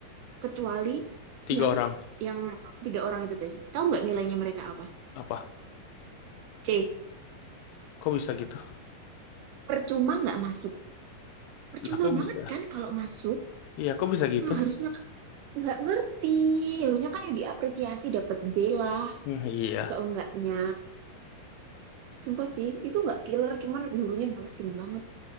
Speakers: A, on the right (about 80°); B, on the left (about 80°).
A: kecuali
B: Tiga
A: yang
B: orang.
A: yang tiga orang itu tadi. Tahu nggak nilainya mereka apa?
B: Apa?
A: C.
B: Kok bisa gitu?
A: Percuma nggak masuk. percuma
B: Lah, kok
A: banget
B: bisa?
A: kan kalau masuk
B: Iya, kok bisa gitu?
A: Hah, harusnya kan nggak ngerti harusnya kan yang diapresiasi dapat B lah
B: Hmm, iya.
A: seenggaknya sumpah sih itu nggak killer cuman gurunya mesin banget